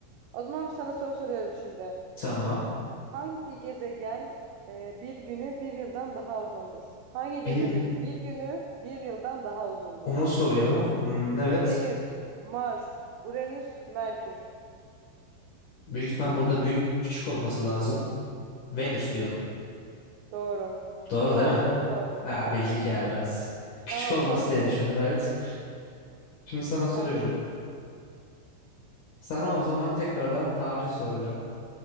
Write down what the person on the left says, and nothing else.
Tamam.
Bir
onu soruyor. Hmm, evet.
Büyük ihtimal burada büyük küçük olması lazım. Venüs diyorum.
Doğru
değil mi?
Aa,
bildik ya biraz. Küçük
olması
diye düşündüm evet. Şimdi sana
soruyorum. Sana o zaman tekrardan tarih soracağım.